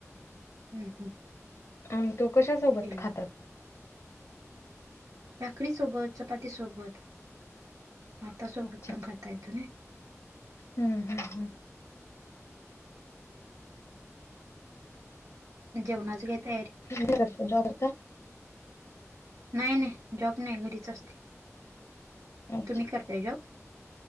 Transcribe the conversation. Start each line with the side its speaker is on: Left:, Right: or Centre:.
Right: हम्म हम्म,
Left: आणि तो कशासोबत
Right: केलं
Left: खातात?
Right: भाकरी सोबत चपाती सोबत भातासोबत
Left: अच्छा
Right: पण खाता येतो नाय.
Left: हम्म हम् हम्,
Right: जेवणाची काय तयारी?
Left: <unintelligible>
Right: नाही नाही जॉब नाही घरीच असते
Left: अच्छा
Right: तुम्ही करताय जॉब?